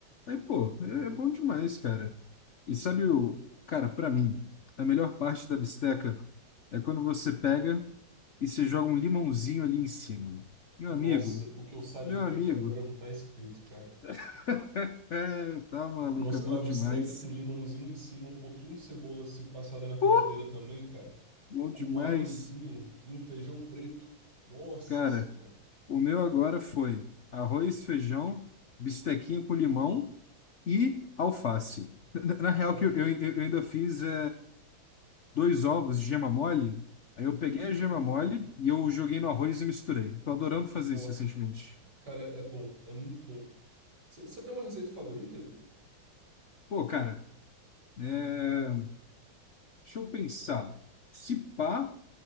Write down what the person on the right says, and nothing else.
e,
hum,
Nossa,
o que eu salivei
aqui agora não tá escrito, cara.
Nossa,
a
bisteca com limãozinho em cima, um pouquinho de cebola assim passada na frigideira
também, cara.
Com um arrozinho e um feijão preto. Nossa
senhora,
forte.
Hum,
forte.
Cara, é bom, é muito bom. Você tem uma receita favorita, Zé?